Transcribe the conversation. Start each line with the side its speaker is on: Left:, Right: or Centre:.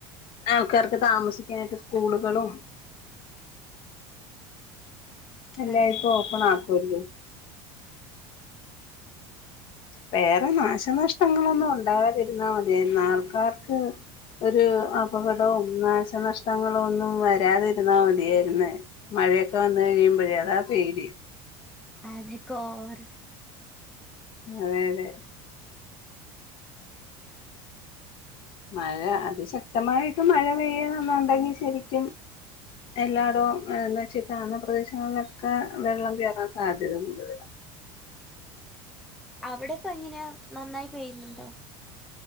Left: ആൾക്കാർക്ക് താമസിക്കാനായിട്ട് സ്കൂളുകളും അല്ല
Centre: അതെ
Left: ഇപ്പൊ ഓപ്പണ ആക്കല്ലോ വേറെ നാശനഷ്ടങ്ങളൊന്നും ഉണ്ടാകാതിരുന്നാ മതിയ ആൾക്കാർക്ക് ഒരു അപകടവും നാശനഷ്ടങ്ങളോ ഒന്നും വരാതിരുന്നാ മതിയായിുന്ന മഴയൊക്കെ വന്ന് കഴിയുമ്പോഴേ അതാ പേര്
Centre: അതി കോർ
Left: അതെ അതെ മഴ അതിശക്തമായിട്ട് മഴ പെയ്യണെന്നുണ്ടെങ്കി ശരിക്കും എല്ലായിടവും എന്ത വെച്ചിട്ട് അന്ന പ്രദേശങ്ങളിലൊക്കെ വെള്ളം കയറാൻ സാധ്യത കൂടുതല
Centre: അവിടെ ഇപ്പ എങ്ങനെയാ നന്നായി പോയിുന്നുണ്ടോ